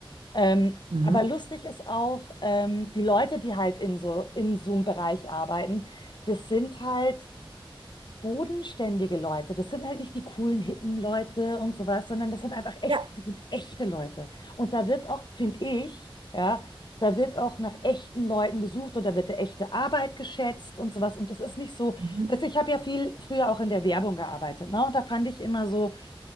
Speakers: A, on the left; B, on the right.
A: Ähm,
B: Mhm.
A: aber lustig ist auch, ähm, die Leute, die halt in so, in so einem Bereich arbeiten, das sind halt bodenständige Leute. Das sind halt nicht die coolen, hippen Leute und sowas, sondern das sind einfach echt,
B: Ja.
A: das sind echte Leute. Und da wird auch, finde ich, ja, da wird auch nach echten Leuten gesucht und da wird die echte Arbeit geschätzt und sowas. Und das ist nicht so,
B: Mhm.
A: dass ich habe ja viel früher auch in der Werbung gearbeitet, ne? Und da fand ich immer so,